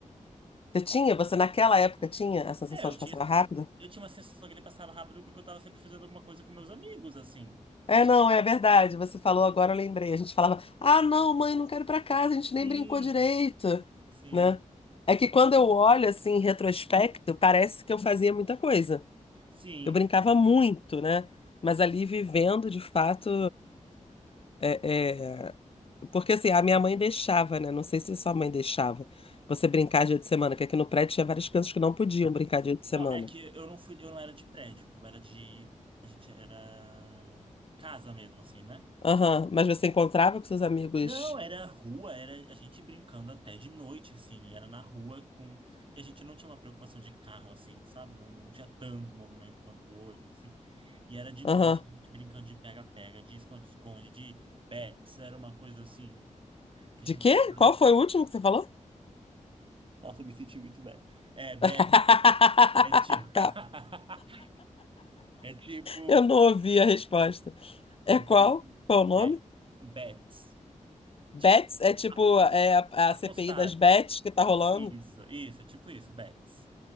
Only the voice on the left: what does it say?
Você tinha, você naquela época tinha a sensação
de
que passava rápido?
É,
não, é verdade. Você falou agora, eu lembrei. A gente falava, ah, não, mãe, não quero ir pra casa, a gente nem
brincou direito,
né? É que quando eu olho assim em retrospecto, parece que eu fazia muita coisa.
Eu brincava
muito, né? Mas ali vivendo, de fato, é, é- porque assim, a minha mãe deixava, né? Não sei se sua mãe deixava você brincar dia de semana, que aqui no prédio tinha várias crianças que não podiam brincar dia de semana.
Aham, Mas você encontrava com seus amigos.
Aham.
De
quê?
Qual foi o último que você falou?
<laughs>
Tá.
Eu não ouvi a resposta. É
qual?
Qual o nome?
Bets?
É tipo
é a, é
a CPI das Bets que tá rolando?